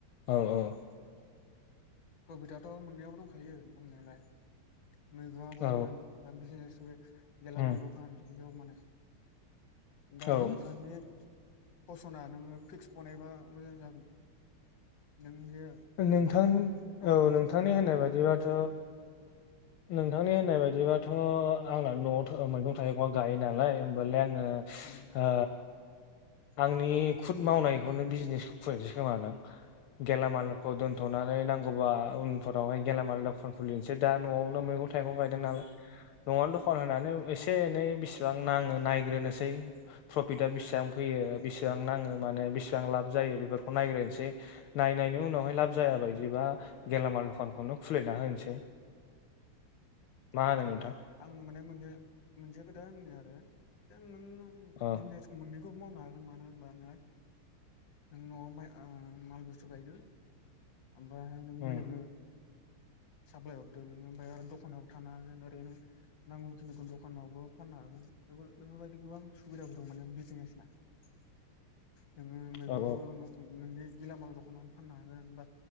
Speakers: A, on the left; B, on the left.
A: औ औ
B: प्रफिटआथ' मोनैाबो दंखायो दंनायालाय मैगंआवबो
A: औ
B: होन बा बिजनेस बे गेलामाल
A: उम
B: दखान बेयाव माने गानद
A: औ
B: दखाननि फसना नोङो फिक्स बनायबा मोजां जागोन नों जे
A: नोंथां
B: अबे
A: औ
B: मोनसेखौ
A: नोंथांनि होननाय बायदिबाथ' नोंथांनि होननाय बायदिबाथ' आंना न'आव मैगं थाइगंआ गायो नालाय होनोमबालाय आं
B: उम
A: आ आंनि खुद मावनायखौनो बिजनेस खुलिनोसो खोमादां आ गेलामाल खौ दोन्थ'नानै नांगौबा उनफोरावहाय गेलामाल दखान खुलिनोसै दा न'आवनो मैगं-थाइगं गायदों नालाय। नङा द फन होनानै एसे
B: औ
A: एनै बिसेबां नाङो नायग्रोनोसै प्रफिटा बेसेबां
B: औ
A: फैयो। बेसेबां नाङो माने बेसेबां लाब
B: उम
A: जायो बेफोरखौ नायग्रोनोसै नायनायनि उनावहाय लाब जाया बायदिबा गेलामाल दखानखौनो खुलिना होनोसै। मा
B: आदसा
A: होनो नोंथां
B: आं माने मोन मोनसे खोथा होननो आरो नों
A: अ
B: जिनिस मोननैखौबो मावनो हागोन मानो होनबा नोंहा नों न'आव माल बुस्थु गायदो ओमफ्राय नों
A: उम
B: बेलेगनो साप्लाय हरदो नोङो ओमफ्राय आरो दखानावबो थानो हागोन ओरै नों नांगौखिनिखौ दखानावबो फाननो हागोन इफोर-बेफोरबायदि गोबां सुबिदाबो दं माने बिजनेसना
A: <inaudible>
B: जोङो मैगंखौबो
A: औ
B: न-नोंनि गिलामाल दख'नानै फाननो हागोन बा